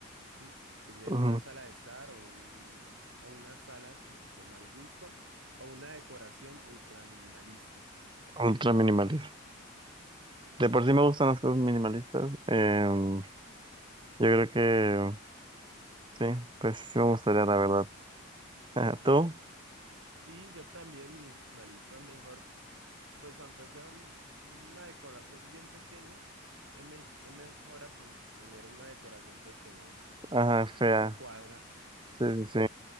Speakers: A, on the right (about 60°); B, on the right (about 20°).
A: Sí, tener
B: Ujú,
A: una sala de estar o, un, o una sala así de mal gusto o una decoración ultra minimalista.
B: Ultra minimales De por sí me gustan las cosas minimalistas. Em, yo creo que sí, pues sí me gustaría, la verdad. <laughs> Ajá, ¿Tú?
A: Sí, yo también minimalista es mejor, pues aunque sea un- una decoración bien pequeña, es, me- es mejor a, pues tener una decoración pues que no,
B: Ajá, fea.
A: no cuadra.
B: Sí, sí, sí.